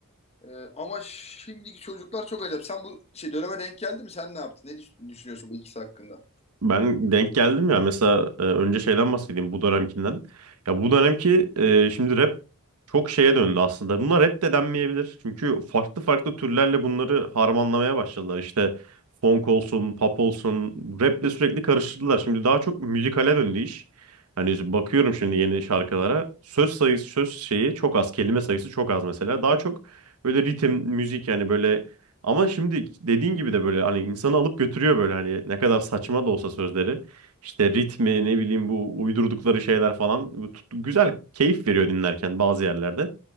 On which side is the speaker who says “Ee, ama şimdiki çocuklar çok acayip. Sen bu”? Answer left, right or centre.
Left